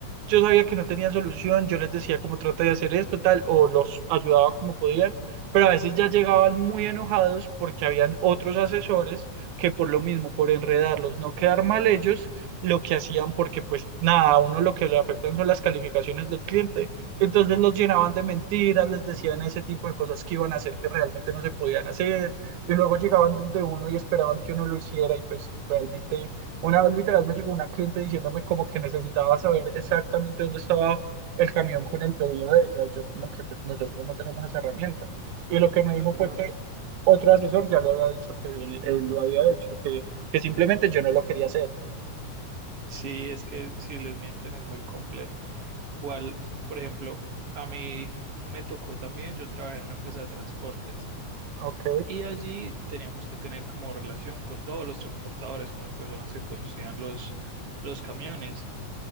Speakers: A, on the right; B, on the right.
A: yo sabía que no tenían solución, yo les decía como trata de hacer esto, tal, o los ayudaba como podían, pero a veces ya llegaban muy enojados porque habían otros asesores que por lo mismo, por enredarlos, no quedar mal ellos, lo que hacían porque pues nada, a uno lo que le afectan son las calificaciones del cliente, entonces los llenaban de mentiras, les decían ese tipo de cosas que iban a hacer que realmente no se podían hacer y luego llegaban donde uno y esperaban que uno lo hiciera y pues realmente una vez literal me llegó una cliente diciéndome como que necesitaba saber exactamente dónde estaba el camión con el pedido de ella. Y yo como que pues nosotros no tenemos esa herramienta. Y lo que me dijo
B: Claro.
A: fue que otro asesor ya le había dicho que él, él lo había hecho, que, que simplemente yo no lo quería hacer.
B: Sí, es que si les mienten es muy complejo. Igual, por ejemplo, a mí me tocó también, yo trabajé en una empresa de transportes
A: Ok,
B: y allí teníamos que tener como relación con todos los transportadores, con las personas que conducían los, los camiones.